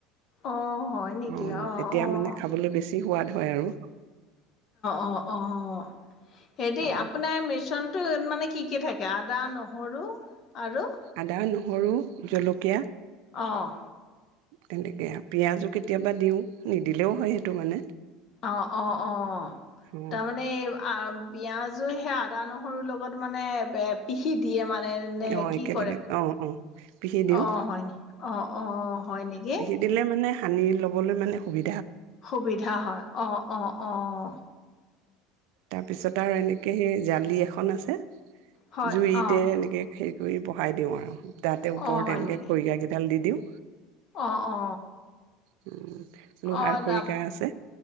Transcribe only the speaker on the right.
অ
তেতিয়া
মানে খাবলৈ বেছি সোৱাদ হয় আৰু।
অ
আদা নহৰু জলকীয়া
তেনেকৈ আৰু পিঁয়াজো কেতিয়া কেতিয়াবা দিওঁ নিদিলেও হয় সেইটো মানে
অ
আহ
একেলগে
অ অ পিহি দিওঁ
বিকি দিলে মানে সানি ল'বলৈ মানে সুবি
তাৰ পিছত আৰু এনেকে সেই জালি এখন আছে,
জুইতে
এনেকে খে পুৰি বহাই দিওঁ আৰু। তাতে ওপৰত
এনেকে
খৰিকা কেইডাল দি দিওঁ।
উম। লোহাৰ
খৰিকা
আছে